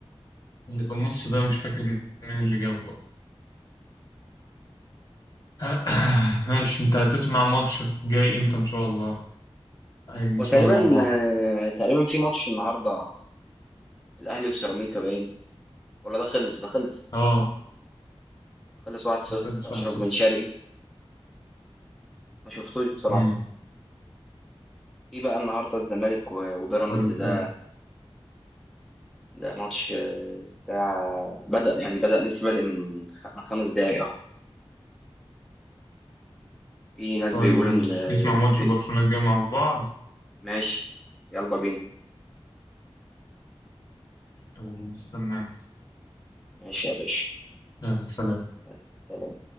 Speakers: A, on the left; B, in the centre.
A: اللي في النص ده مش فاكر مين اللي جابه بقى <coughs> ماشي انت هتسمع ماتش جاي امتى ان شاء الله يعني نسمع
B: هو تقريبا
A: مع بعض
B: آه، تقريبا في ماتش النهارده الاهلي وسيراميكا باين ولا ده خلص ده خلص
A: اه
B: خلص 1-0
A: الفرنس
B: اشرف
A: 1-0
B: بن شرقي ما شفتوش بصراحه
A: مم.
B: في بقى النهارده الزمالك و- وبيراميدز
A: طيب
B: ده
A: حلو
B: ده ماتش آه، الساعة بدأ يعني بدأ لسه بادئ من خ- من خمس دقايق اهو في ناس
A: طيب
B: بيقولوا
A: ماشي
B: ان آه،
A: نسمع ماتش
B: إيه،
A: برشلونة الجاي مع بعض
B: ماشي يلا بينا
A: يلا، نستناك
B: ماشي يا باشا
A: يلا، سلام
B: يلا سلام